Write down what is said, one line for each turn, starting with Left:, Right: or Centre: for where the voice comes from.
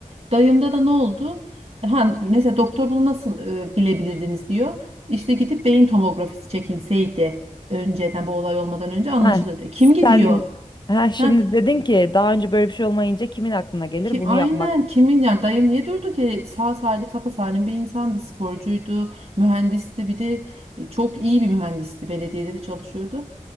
Right: Dayımda da ne oldu? Ha, mesela doktor bunu nasıl e, bilebilirdiniz diyor. İşte gidip beyin tomografisi çekilseydi önceden bu olay olmadan önce anlaşılırdı.
Left: Ha,
Right: Kim gidiyor?
Left: sen ha, şimdi
Right: Heh,
Left: dedin ki daha önce böyle bir şey olmayınca kimin aklına gelir
Right: kim
Left: bunu
Right: aynen
Left: yapmak?
Right: kimin ya dayım niye durdu ki sağ salim sapa salim bir insandı sporcuydu mühendisti bir de e, çok iyi bir mühendisti belediyede de çalışıyordu.